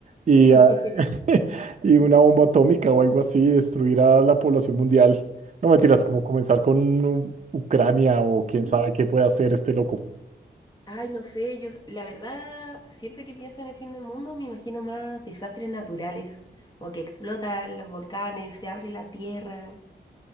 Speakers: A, on the right (about 40°); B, on the left (about 25°).
A: y,
B: <laughs>
A: ah, <laughs> y una bomba atómica o algo así, destruir a la población mundial. No mentiras, como comenzar con U- Ucrania o
B: Ujú.
A: quién sabe qué puede hacer este loco.
B: Ay, no sé, yo la verdad, siempre que pienso en el fin del mundo me imagino más desastres naturales, o que explotan los volcanes, se abre la tierra,